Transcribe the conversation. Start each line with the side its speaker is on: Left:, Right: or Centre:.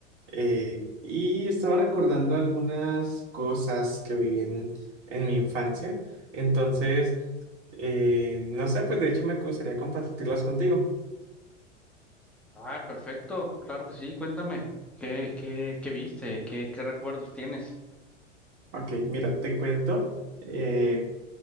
Right: eh, y estaba recordando algunas cosas que viví en, en mi infancia, entonces, eh, no sé, pues de hecho me gustaría compartirlas contigo.
Centre: Ah, perfecto. Claro que sí. Cuéntame. ¿Qué, qué, qué viste? ¿Qué, qué recuerdos tienes?
Right: Ok, mira, te cuento. eh,